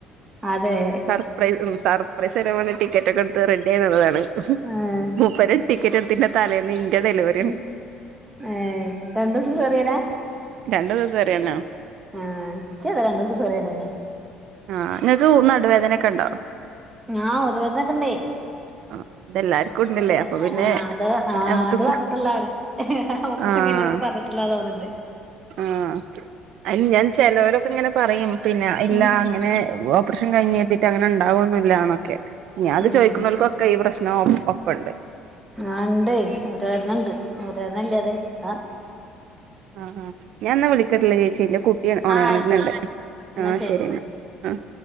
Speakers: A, on the right (about 15°); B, on the right (about 60°).
A: അതെ
B: സർപ്രൈ ഉം സർപ്രൈസരാൻ വേണ്ടി ടിക്കറ്റ് ഒക്കെട്ത്ത് റെഡ്ഡ്യെയ് നിന്നതാണ്
A: ആഹ്
B: മൂപ്പര് ടിക്കറ്റിട്ത്തീൻ്റെ തലേന്ന് ഇന്റെ ഡെലിവെ
A: ഉം ഏഹ് രണ്ടു സിസേറ്യെനാ
B: രണ്ടു സിസേറ്യനാ
A: ആഹ് ഇക്കു അതെ രണ്ടും സിസേറിയൻ തന്നെ
B: ആഹ് നിങ്ങൾക്ക് ഉ നടുവേദനെക്കെണ്ടോ
A: ങ്ങാ ഊരവേദനെക്കെണ്ടേ
B: ആഹ് ഇതെല്ലാർക്കും
A: ആഹ്
B: ഉണ്ടല്ലേ അപ്പൊ പിന്നെ
A: അത് ആഹ്
B: നമുക്ക്
A: അത്
B: സ
A: പർഞ്ഞിട്ടാള്ളാണ് ഓപ്രേഷൻ
B: ആഹ്
A: കൈഞ്ഞോര്ക്ക് പർഞ്ഞട്ടിള്ളാ തോന്നിണ്ട്
B: ആഹ് അ ഞൻ ചെലോരൊക്കെ ഇങ്ങനെ പറയും പിന്നെ ഇല്ലാ
A: ഉം
B: അങ്ങനെ ഓപ്രഷൻ കൈഞ്ഞേര്തീട്ട് അങ്ങനണ്ടാവൊന്നുല്ലാ ന്നൊക്കെ ഞാൻത്
A: ഉം
B: ചോയ്ക്ക്ണോൽക്കൊക്കെ ഈ പ്രശ്നം ഒ ഒപ്പണ്ട്
A: ആഹ് ഇണ്ട് ഊരവേദനണ്ട് ഊരവേദനില്ല്യാതെ അ
B: ആഹ് ആഹ് ഞാൻന്നാ വിളിക്കട്ലാ ചേച്ച്യേ ന്റെ കുട്ടി ഒ ഒണരുന്ന്ണ്ട്
A: ആഹ് ആയിക്കോട്ടെ എന്നാ
B: ആഹ്
A: ശരി
B: ശരിന്നാ
A: എന്നാ
B: ആഹ്